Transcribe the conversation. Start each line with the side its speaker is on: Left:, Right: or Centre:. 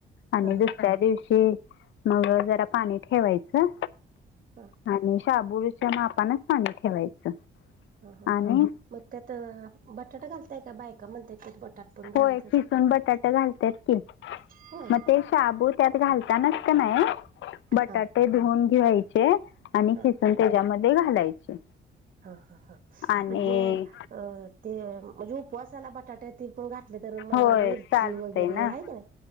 Left: आणि
Right: हा
Left: दुसऱ्या
Right: हा
Left: दिवशी मग जरा पाणी ठेवायचं.
Right: हा
Left: आणि शाबुच्या मापानच पाणी ठेवायचं.
Right: हा हा
Left: आणि
Right: हा म. त्यात बटाटा घालताय का बायका म्हणताय त्यात बटाट पण घालायच
Left: होय
Right: असत.
Left: खिसून बटाटे घालतात की
Right: होय
Left: मग ते शाबू त्यात घालता. नाही बटाटे
Right: हा
Left: धून घ्यायचे आणि
Right: हा
Left: किसून त्याच्यामध्ये. ते घालायचे.
Right: हा हा हा
Left: आणि
Right: म्हणजे अ ते म्हणजे उपवासाला बटाटे ते पण घ. नाही तर म
Left: होय
Right: मिरची
Left: चालतंय
Right: वगैरे
Left: ना
Right: आहे का नाही.